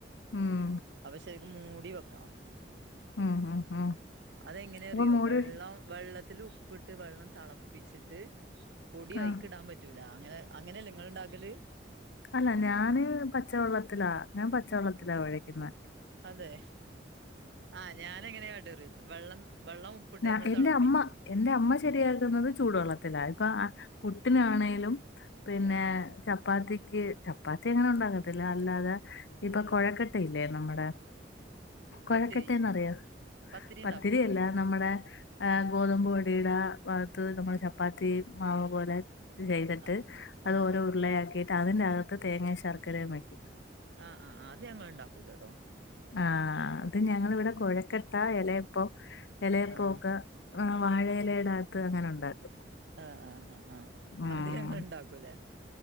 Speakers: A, on the left (about 75°); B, on the right (about 70°).
A: ഉം
B: അപ്പം ശെരിക്ക് മൂടി വെക്കണം
A: ഉം ഉം ഉം
B: അതെങ്ങനെ
A: അപ്പൊ
B: അറിയോ
A: മൂടി
B: വെള്ളം വെള്ളത്തില് ഉപ്പിട്ട് വെള്ളം തെളപ്പിച്ചിട്ട് പൊടി അയിക്കിടാൻ
A: ആഹ്
B: പ പറ്റൂല അങ്ങനെ അങ്ങനെയല്ല നിങ്ങള് ഉണ്ടാക്കല്
A: അല്ല ഞാന് പച്ചവെള്ളത്തിലാ ഞാൻ പച്ചവെള്ളത്തിലാ കൊഴക്കുന്ന
B: അതെ ആഹ് ഞാന് എങ്ങനെയട്ട്റിയ വെള്ളം വെള്ളം ഉപ്പ് ഇട്ട്
A: ഞാ
B: നമ്മൾ
A: എന്റെ
B: തിളപ്പിക്കും
A: അമ്മ എന്റെ അമ്മ ശരിയാക്കുന്നത് ചൂടുവെള്ളത്തിലാ ഇപ്പൊ പുട്ടിനാണേലും പിന്നെ
B: ആഹ്
A: ചപ്പാത്തിക്ക് ചപ്പാത്തി അങ്ങനെ ഉണ്ടാക്കത്തില്ല അല്ലാതെ ഇപ്പൊ
B: ഉം
A: കൊഴക്ക ല്ലേ നമ്മുടെ കുഴക്കെട്ടന്നറിയോ
B: പത്തിരി പത്തിരി
A: പത്തിരിയല്ല
B: ഉണ്ടാക്കും ഇങ്ങള്
A: നമ്മുടെ ഗോതമ്പ് പൊ ടിടെ ഭാഗത്ത് നമ്മൾ ചപ്പാത്തി മാവും തു പോലെ ചെയ്തിട്ട്
B: ആഹ്
A: അത്
B: ആഹ്
A: ഓരോ ഉരുളയാക്കിയിട്ട് അതിന്റെകത്ത് തേങ്ങയും ശർക്കരയും വയ്ക്കും
B: ആഹ് ആഹ് ആഹ് അത് ഞങ്ങൾ ഉണ്ടാക്കൂലട്ടോ
A: ആഹ് അത് ഞങ്ങളിവിടെ
B: ഉം
A: കൊഴക്ക ട്ട ഇലയപ്പം ഇലയപ്പോ
B: ആഹ്
A: ഒക്കെ ആ വാഴ ഇലയുടെ അകത്ത് അങ്ങനെ ഉണ്ടാക്കും
B: ആഹ് ആഹ് ആഹ് ആഹ്
A: ഉം
B: അത് ഞങ്ങ ഉണ്ടാക്കൂലേ